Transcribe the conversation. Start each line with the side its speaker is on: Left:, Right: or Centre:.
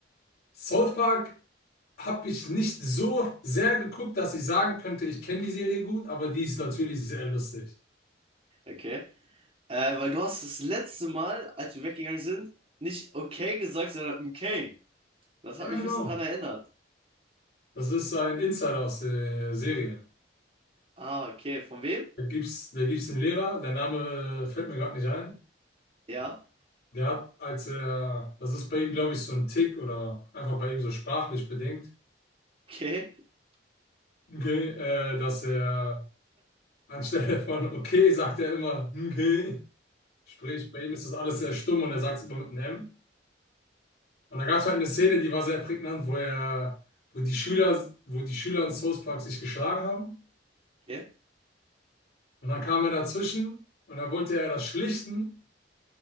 Left: South Park habe ich nicht so sehr geguckt, dass ich sagen könnte, ich kenne die Serie gut, aber die ist natürlich sehr lustig.
Right: Okay. Äh, weil du hast das letzte Mal, als wir weggegangen sind, nicht okay gesagt, sondern okay. Das
Left: Ja,
Right: hat mich
Left: genau.
Right: ein bisschen dran erinnert.
Left: Das ist ein Insider aus der Serie.
Right: Ah, okay. Von wem?
Left: Da gibt's, da gibt's einen Lehrer, der Name fällt mir gerade nicht ein.
Right: Ja.
Left: Der hat, als er, das ist bei ihm, glaube ich, so ein Tick oder einfach bei ihm so sprachlich bedingt,
Right: Okay. <laughs>
Left: okay, äh, dass er anstelle von okay sagt er immer okay. Sprich, bei ihm ist das alles sehr stumm und er sagt es immer mit einem M. Und da gab es halt eine Szene, die war sehr prägnant, wo er, wo die Schüler, wo die Schüler in South Park sich geschlagen haben.
Right: Okay.
Left: Und dann kam er dazwischen und dann wollte er das schlichten.